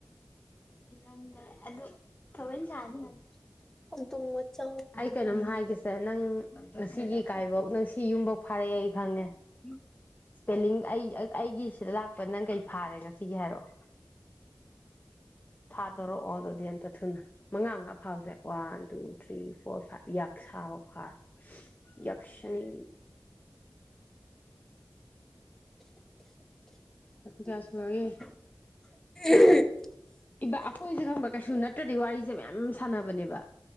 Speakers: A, on the left (about 25°); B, in the centre.
A: ꯅꯗ ꯑꯗꯨ ꯊꯧꯋꯣꯏꯁꯥꯅꯤ
B: ꯍꯧꯗꯣꯡ ꯃꯆꯥ
A: ꯀꯩꯅꯣꯝ ꯍꯥꯏꯒꯁꯦ ꯅꯪ ꯁꯤꯒꯤ ꯏ ꯀꯥꯏꯕꯧ ꯅꯪ ꯁꯤ ꯌꯨꯝꯐꯧ ꯐꯥꯔꯛꯑꯦ ꯑꯩ ꯈꯪꯉꯦ
B: ꯎꯝ
A: ꯏꯁꯄꯦꯂꯤꯡ ꯑꯩ ꯑꯩꯒꯤꯁꯤꯗ ꯂꯥꯛꯄ ꯐ ꯅꯪ ꯀꯩ ꯐꯥꯔꯦ ꯉꯁꯤꯒꯤ ꯍꯥꯏꯔꯛꯑꯣ ꯊꯥꯗꯣꯔꯛꯑꯣ ꯑꯗꯨꯗꯤ ꯑꯝꯇ ꯊꯨꯅ ꯃꯉꯥ ꯃꯉꯥ ꯐꯥꯎꯁꯦ one two three four five ꯌꯥꯛ ꯁꯥꯕ ꯐꯥꯔ ꯌꯛꯁꯅꯤ ꯒꯁꯨꯔꯒꯦ
B: ꯎ
A: ꯏꯕꯥ ꯑꯩꯈꯣꯏꯁꯦ ꯈꯪꯕ ꯀꯩꯁꯨ ꯅꯠꯇ꯭ꯔꯗꯤ ꯋꯥꯔꯤꯁꯦ ꯃꯌꯥꯝ ꯁꯥꯟꯅꯕꯅꯦꯕ